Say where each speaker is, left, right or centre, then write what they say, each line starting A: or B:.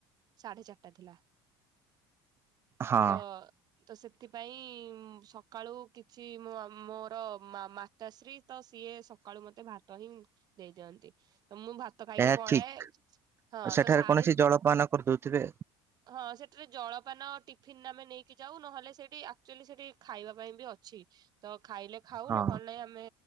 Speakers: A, on the right; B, on the right.
A: ସାଢେ ଚାରିଟା ଥିଲା।
B: ହଁ
A: ତ। ତ ସେଥିପାଇଁ ସକାଳୁ କିଛି ମୋ ଆ ମୋର୍ ତ ମା ମାତାଶ୍ରୀ ତ ସିଏ ସକାଳୁ ମତେ ଭାତ ହିଁ ଦେଇ ଦିଅନ୍ତି ତ ମୁଁ ଭା ଭାତ ଖାଇକି
B: ଏହା
A: ପଳାଏ
B: ଠିକ
A: ହଁ
B: ସେଠାରେ
A: ତ ସାଡେ
B: କୌଣସି ଜଳପାନ କରିଦଉଥିବେ
A: ହଁ ସେଠିରେ ଜଳପାନ ଟିଫିିନ୍ ଆମେ ନେଇକି ଯାଉ ନହେଲେ ସେଠି ଆକ୍ଚୁଆଲି ସେଠି ଖାଇବା ପାଇଁ ବି ଅଛି ତ ଖାଇଲେ ଖାଉ
B: ହଁ
A: ନହେଲେ ଆମ ଆମେ